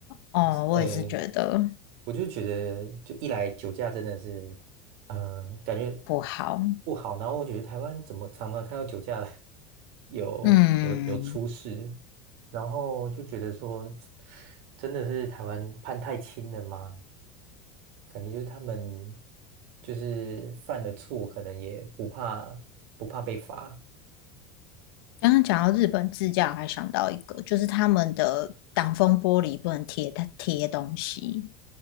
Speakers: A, on the left (about 75°); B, on the right (about 65°).
A: 哦，
B: 我只呃，
A: 我也是觉得
B: 我就觉得，就一来酒驾真的是，呃，感觉
A: 不好。
B: 不好，然后我觉得台湾怎么常常看到酒驾的 <laughs> 有有有出事，
A: 嗯，
B: 然后就觉得说，真的是台湾判太轻了吗？感觉就是他们就是犯了错，可能也不怕不怕被罚。
A: 刚刚讲到日本自驾，我还想到一个，就是他们的挡风玻璃不能贴贴东西。